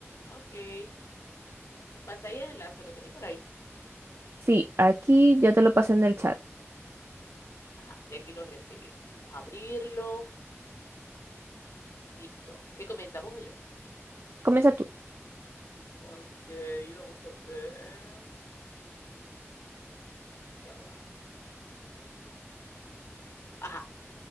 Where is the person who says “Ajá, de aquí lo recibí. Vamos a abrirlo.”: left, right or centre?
Left